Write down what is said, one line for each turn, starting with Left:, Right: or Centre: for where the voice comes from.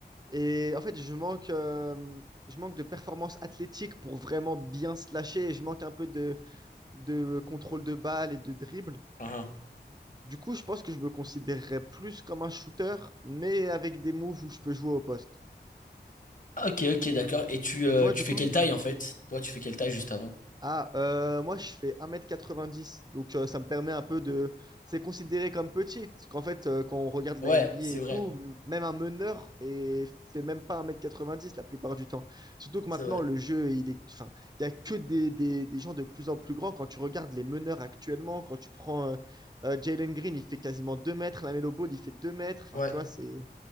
Right: Et en fait, je manque, euh, je manque de performance athlétique pour vraiment bien slasher. Et je manque un peu de, de contrôle de balle et de dribble.
Left: uhum.
Right: Du coup, je pense que je me considérerais plus comme un shooter, mais avec des moves où je peux jouer au poste.
Left: Ah, Ok, ok, d'accord. Et tu, euh,
Right: Et toi,
Left: tu
Right: du
Left: fais
Right: coup?
Left: quelle taille en fait? Toi, tu fais quelle taille juste avant?
Right: Ah, euh, moi je fais un mètre quatre-vingt-dix donc euh, ça me permet un peu de... C'est considéré comme petit, parce qu'en fait euh, quand on regarde
Left: Ouais,
Right: la NBA
Left: c'est
Right: et
Left: vrai,
Right: tout, m- même un meneur et fait même pas un mètre quatre-vingt-dix la plupart du temps. Surtout que
Left: c'est
Right: maintenant
Left: vrai.
Right: le jeu, il est... Enfin, il y a que des, des, des gens de plus en plus grands. Quand tu regardes les meneurs actuellement, quand tu prends euh, euh, Jalen Green, il fait quasiment 2 mètres, Lamelo Ball, il fait 2 mètres, enfin
Left: Ouais,
Right: tu vois, c'est...